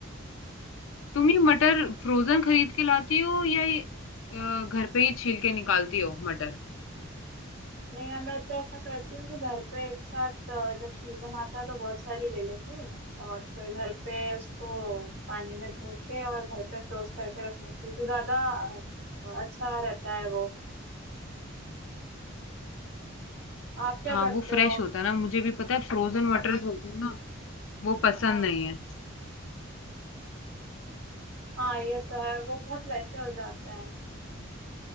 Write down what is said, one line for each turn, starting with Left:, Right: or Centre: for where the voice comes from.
Left: तुम ये मटर फ्रोजन खरीद के लाती हो या ये अ, घर पे ही छील के निकालती हो मटर
Right: नहीं यार मैं तो ऐसा करती हूँ कि घर पे एक साथ अ, जब सीजन आता है तो बहुत सारी ले लेती हूँ और फिर घर पे उसको पानी में धो के और घर पे फ्रोज करके रख लेती हूँ तो ज्यादा अ, अच्छा रहता है वो आप क्या
Left: हाँ
Right: करते
Left: वो फ्रेश
Right: हो
Left: होता है ना मुझे भी पता है फ्रोजन मटर जो होते हैं ना वो पसंद
Right: हाँ
Left: नहीं है
Right: हाँ ये तो है वो बहुत वैसे हो जाते हैं